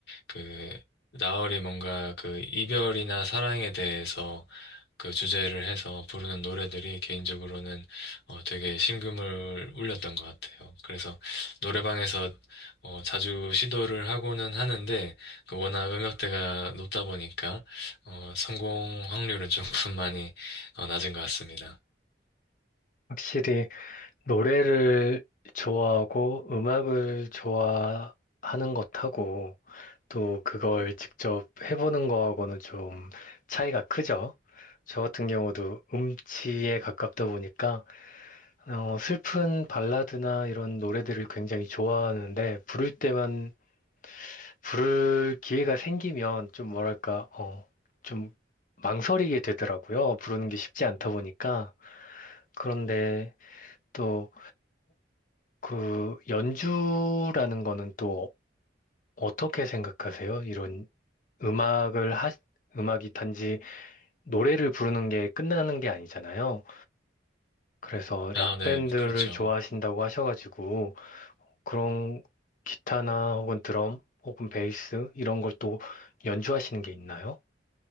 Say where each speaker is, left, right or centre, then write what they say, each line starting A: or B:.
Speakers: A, on the left; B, on the left.
A: 그 나얼이 뭔가 그 이별이나 사랑에 대해서 그 주제를 해서 부르는 노래들이 개인적으로는 어, 되게 심금을 울렸던 것 같아요. 그래서 노래방에서 어, 자주 시도를 하고는 하는데 그 워낙 음역대가 높다 보니까 어, 성공 확률은 조금 <laughs> 많이 어, 낮은 것 같습니다.
B: 확실히 노래를 좋아하고 음악을 좋아하는 것하고 또 그걸 직접 해보는 거하고는 좀 차이가 크죠. 저 같은 경우도 음치에 가깝다 보니까 어, 슬픈 발라드나 이런 노래들을 굉장히 좋아하는데 부를 때만 부를 기회가 생기면 좀 뭐랄까 어, 좀 망설이게 되더라고요. 부르는 게 쉽지 않다 보니까 그런데 또 그 연주라는 거는 또 어떻게 생각하세요? 이런 음악을 하, 음악이 단지 노래를 부르는 게 끝나는 게 아니잖아요. 그래서
A: 아,
B: 락밴드를
A: 네, 그렇죠.
B: 좋아하신다고 하셔가지고 그런 기타나 혹은 드럼 혹은 베이스 이런 걸 또 연주하시는 게 있나요?